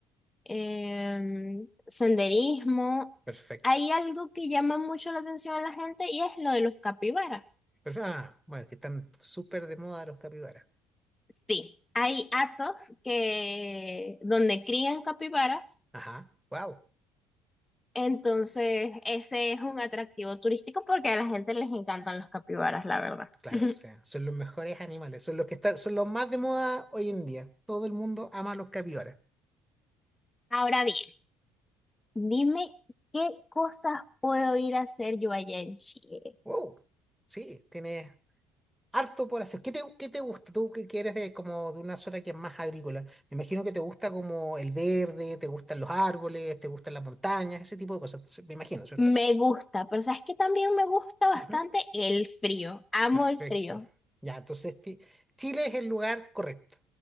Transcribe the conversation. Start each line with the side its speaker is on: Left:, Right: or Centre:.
Left: em, senderismo.
Centre: Perfecto.
Left: Hay algo que llama mucho la atención a la gente y es lo de los capibaras.
Centre: Pero, ah, bueno, que están súper de moda los capibaras.
Left: Sí, hay atos que donde crían capibaras,
Centre: Ajá. Wow.
Left: entonces ese es un atractivo turístico porque a la gente les encantan los capibaras, la verdad.
Centre: Claro,
Left: <laughs>
Centre: o sea, son los mejores animales, son los que están, son los más de moda hoy en día. Todo el mundo ama a los capibaras.
Left: Ahora bien, dime qué cosas puedo ir a hacer yo allá en Chile.
Centre: Wow, sí, tienes harto por hacer. ¿Qué te, qué te gusta? Tú que quieres de como de una zona que es más agrícola. Me imagino que te gusta como el verde, te gustan los árboles, te gustan las montañas, ese tipo de cosas. se- Me imagino, ¿cierto?
Left: Me gusta, pero sabes que también me gusta bastante
Centre: Ujú,
Left: el frío. Amo
Centre: Perfecto.
Left: el frío.
Centre: Ya, entonces ti- Chile es el lugar correcto.